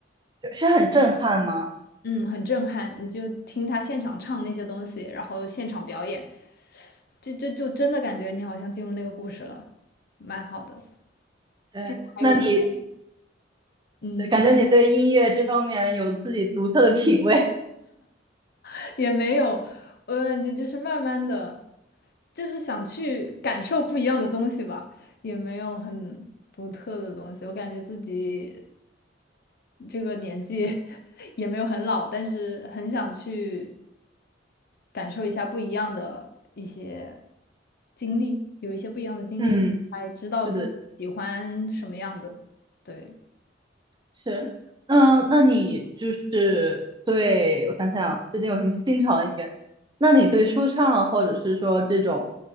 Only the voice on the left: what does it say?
嗯，很震撼。你就听他现场唱那些东西，然后现场表演，就就就真的感觉你好像进入那个故事了，蛮好的。
现在还有，
嗯，
<laughs> 也没有，我感觉就是慢慢的，就是想去感受不一样的东西吧，也没有很独特的东西。我感觉自己。这个年纪 <laughs> 也没有很老，但是很想去感受一下不一样的一些经历，有一些不一样的经历，
才知道自己喜欢什么样的。
对。